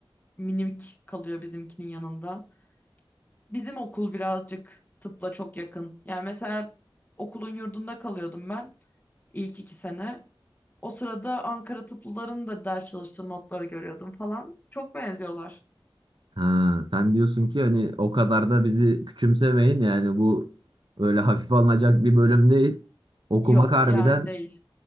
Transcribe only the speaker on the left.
minik kalıyor bizimkinin yanında. Bizim okul birazcık tıpla çok yakın. Yani mesela okulun yurdunda kalıyordum ben ilk iki sene. O sırada Ankara tıplıların da ders çalıştığı notları görüyordum falan. Çok benziyorlar.
Yok
yani değil.